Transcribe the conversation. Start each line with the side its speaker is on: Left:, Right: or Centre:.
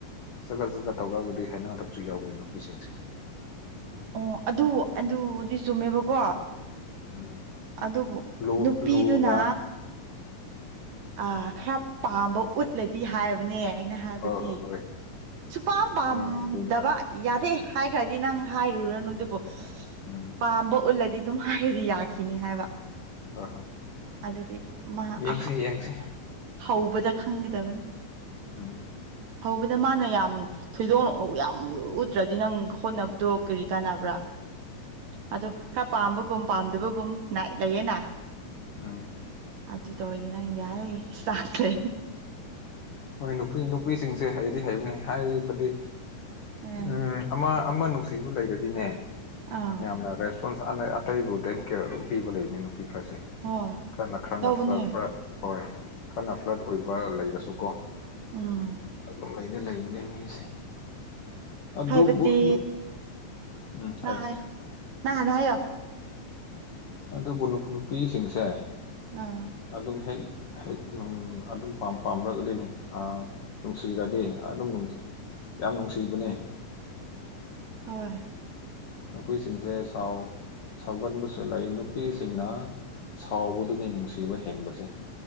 Left: ꯆꯒꯠ ꯆꯒꯠ ꯇꯧꯔꯒꯗꯤ ꯍꯥꯏꯅꯗꯕꯁꯨ ꯌꯥꯎꯕꯅꯤ ꯅꯨꯄꯤꯁꯤꯡꯁꯦ
Right: ꯑꯣ ꯑꯗꯨ ꯑꯗꯨꯗꯤ ꯆꯨꯝꯃꯦꯕꯥ ꯀꯣ
Left: ꯎꯝ
Right: ꯑꯗꯨꯕꯨ
Left: ꯂꯨ
Right: ꯅꯨꯄꯤꯗꯨꯅ
Left: ꯂꯨꯅ
Right: ꯑ ꯈꯔ ꯄꯥꯝꯕ ꯎꯠꯂꯗꯤ ꯍꯥꯏꯕꯅꯦ ꯑꯩꯅ ꯍꯥꯏꯕꯗꯤ
Left: ꯍꯣꯏ ꯍꯣꯏ ꯍꯣꯏ
Right: ꯁꯨꯄꯥꯝ ꯄꯥꯝ
Left: ꯍꯣꯏ ꯑꯗꯨꯅ
Right: ꯗꯕ ꯌꯥꯗꯦ ꯍꯥꯏꯈ꯭ꯔꯗꯤ ꯅꯪ ꯍꯥꯏꯔꯨꯔꯅꯨ
Left: ꯎꯝ
Right: ꯑꯗꯨꯕꯨ
Left: ꯎꯝ
Right: ꯄꯥꯝꯕ ꯎꯠꯂꯗꯤ ꯑꯗꯨꯝ ꯍꯥꯏꯔꯗꯤ ꯌꯥꯈꯤꯅꯤ ꯍꯥꯏꯕ
Left: ꯍꯣꯏ ꯍꯣꯏ
Right: ꯑꯗꯨꯗꯤ ꯃꯥ
Left: ꯌꯦꯡꯁꯤ
Right: ꯑꯍꯥ
Left: ꯌꯦꯡꯁꯤ
Right: ꯍꯧꯕꯗ ꯈꯪꯒꯗꯕꯅꯤ
Left: ꯎꯝ
Right: ꯍꯧꯕꯗ ꯃꯥꯥꯟꯅ ꯌꯥꯝ ꯊꯣꯏꯗꯣꯛꯅ ꯌꯥꯝ ꯎꯗ꯭ꯔꯗꯤ ꯅꯪ ꯍꯣꯠꯅꯕꯗꯣ ꯀꯔꯤ ꯀꯥꯟꯅꯕ꯭ꯔꯥ ꯑꯗꯣ ꯈꯔ ꯄꯥꯝꯕꯒꯨꯝ ꯄꯥꯝꯗꯕꯒꯨꯝ ꯅꯥ ꯂꯩꯌꯦꯅ
Left: ꯎꯝ
Right: ꯑꯗꯨ ꯇꯧꯔꯗꯤ ꯅꯪ ꯌꯥꯏ ꯆꯥꯟꯁ ꯂꯩ
Left: ꯍꯣꯏ ꯅꯨꯄꯤ ꯅꯨꯄꯤꯁꯤꯡꯁꯦ ꯍꯩꯗꯤ ꯍꯕꯅꯦ ꯍꯥꯏꯕꯗꯤ
Right: ꯑꯦ
Left: ꯎꯝ ꯑꯃ ꯑꯃ ꯅꯨꯡꯁꯤꯕꯨ ꯂꯩꯔꯗꯤꯅꯦ
Right: ꯑꯥ
Left: ꯌꯥꯝꯅ ꯔꯦꯁ ꯑꯇꯩꯕꯨ ꯗꯦꯝ ꯗꯩꯝ ꯀꯤꯌꯏ ꯑꯗꯨꯝ ꯄꯤꯕ ꯂꯩꯕꯅꯤ ꯅꯨꯄꯤ ꯈꯔꯁꯦ
Right: ꯍꯣꯏ
Left: ꯈꯔꯅ ꯈꯔꯅ
Right: ꯇꯧꯕꯅꯦ
Left: ꯐꯔ ꯐꯔ ꯍꯣꯏ ꯀꯟꯅ ꯐ꯭ꯂꯠ ꯑꯣꯏꯕ ꯂꯩꯔꯁꯨꯀꯣ
Right: ꯎꯝ
Left: ꯑꯗꯨꯝ ꯂꯩꯗꯤ ꯂꯩꯕꯅꯦ ꯃꯤꯁꯦ ꯑꯗꯨꯕꯨ
Right: ꯍꯥꯏꯕꯗꯤ
Left: ꯅꯨ ꯎꯝ ꯍꯥꯏꯌꫭ
Right: ꯅꯪ ꯍꯥꯏꯌꯣ ꯅꯪ ꯍꯥꯟꯅ ꯍꯥꯏꯌꫭ
Left: ꯑꯗꯨꯕꯨ ꯅꯨ ꯅꯨꯄꯤꯁꯤꯡꯁꯦ
Right: ꯑꯥ
Left: ꯑꯗꯨꯝ ꯍꯦꯛ ꯍꯦꯛ ꯑꯗꯨꯝ ꯄꯥꯝ ꯄꯥꯝꯗ꯭ꯔꯒꯗꯤ ꯅꯨꯃ ꯑ ꯅꯨꯡꯁꯤꯔꯗꯤ ꯑꯗꯨꯝ ꯅꯨꯡꯁꯤ ꯌꯥꯝ ꯅꯨꯡꯁꯤꯕꯅꯦ
Right: ꯍꯣꯏ
Left: ꯅꯨꯄꯤꯁꯤꯡꯁꯦ ꯁꯥꯎ ꯁꯥꯎꯒꯟꯕꯁꯨ ꯂꯩ ꯅꯨꯄꯤꯁꯤꯡꯅ ꯁꯥꯎꯕꯗꯨꯅꯤ ꯅꯨꯡꯁꯤꯕ ꯍꯦꯟꯕꯁꯦ